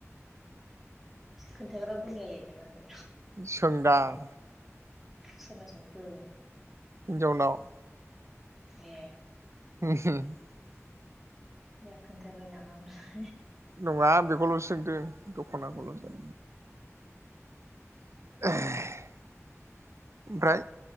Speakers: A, in the centre; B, on the right.
A: खोन्थाग्राबो दंलाय लायो नामाथाय
B: सोंदां
A: सोरनाव सोंखो
B: हिन्जावनाव
A: ए
B: <unintelligible>
A: बे खोनथाबायनामा <unintelligible>
B: नङा बेखौल'सो सोंदों दख'नाखौल'सो <unintelligible> ओमफ्राय